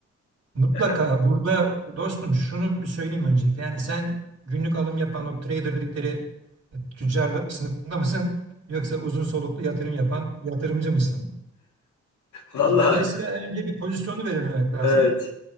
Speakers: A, on the right (about 55°); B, on the left (about 85°).
A: Mutlaka
B: Yani,
A: burada dostum şunu bir söyleyeyim öncelikle. Yani sen günlük alım yapan o trader dedikleri e, tüccar sınıfında mısın? Yoksa uzun soluklu yatırım yapan yatırımcı mısın?
B: <laughs> vallahi
A: Dolayısıyla önce bir pozisyonu belirlemek lazım.
B: evet.